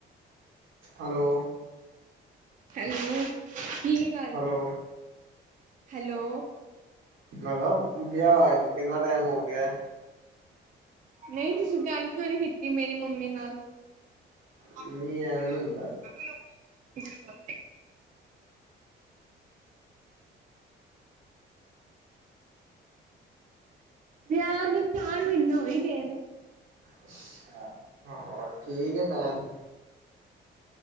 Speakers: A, on the right; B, on the right.
A: ਹੈਲੋ।
B: ਹੈਲੋ ਕੀ ਗੱਲ
A: ਹੋਰ
B: ਹੈਲੋ
A: ਮੈਂ ਕਿਹਾ ਵਿਆਹ ਹੋਈਏ ਕਿੰਨਾ ਟਾਈਮ ਹੋ ਗਿਆ
B: ਨਹੀਂ ਤੁਸੀਂ ਗੱਲ ਕਿਉਂ ਨਹੀਂ ਕੀਤੀ ਮੇਰੀ ਮੰਮੀ ਨਾਲ ਖ
A: ਨਹੀਂ ਐਵੇਂ
B: ਸ
A: ਨੀ ਹੁੰਦਾ
B: ਲੋਕੇ ਬ ਵਿਆਹ ਦੇ ਚਾਰ ਮਹੀਨੇ ਹੋ ਹੀ ਗਏ ਨੇ।
A: ਅੱਛਾ, ਹਾਂ ਔਰ ਠੀਕ ਐ ਮੈਮ।